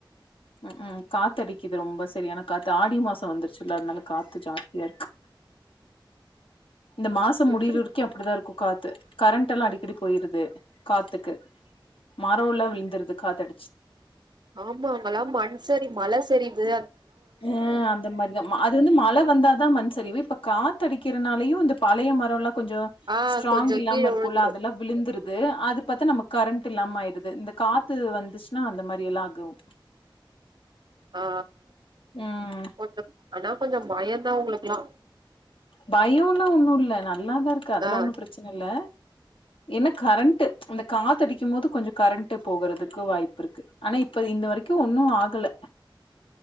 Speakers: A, on the left; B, on the right.
A: ம் ம் காத்து அடிக்குது ரொம்ப செரியான காத்து ஆடி மாசம் வந்துரு ச்சு அதனால காத்து ஜாஸ்தியா இருக்கு இந்த மாசம் முடியற
B: எப்டி
A: வரைக்கும் அப்டி‌தான் இருக்கும் காத்து கரண்ட் எல்லாம் அடிக்கடி போயிருது காத்துக்கு ம ரல்லாம் விழுந்துருது காத்து அடிச்சு
B: ஆமா அங்க எல்லாம் மண் சரி மல சரிது
A: ஹ அந்த மாரி‌ தான் அது வந்து மழ வந்தா தான் மண் சரிவு இப்ப காத்து அடிக்கிறதுனாலயும் இந்த பழைய மரம் எல்லாம் கொஞ்சோ
B: ஆ
A: ஸ்ட்ராங்
B: கொஞ்சோ
A: இல்லாம
B: கீழ
A: இருக்கும்ல்ல
B: விழுந்துரு
A: அதெல்லாம் விழுந்துருது அது பத்தா நமக்கு கரண்ட் இல்லாம ஆயிடுது இந்த காத்து வந்துச்சுன்னா அந்த மாரி எல்லாம் ஆகும்
B: ஆ
A: ம்
B: கொஞ்சம் ஆனா கொஞ்சம் மயம் தான் உங்களுக்கு எல்லா
A: பயம் எல்லாம் ஒன்னும் இல்லை நல்லாதான் இருக்கு அதுல்லா
B: ஆ
A: ஒண்ணு பிரச் சனை இல்ல என்ன கரண்ட் அந்த காத்த அடிக்கும் போது கொஞ்சம் கரண்ட் போகுறதுக்கு வாய்ப்பு இருக்கு ஆனா இப்ப இந்த வரைக்கும் ஒன்னும் ஆகல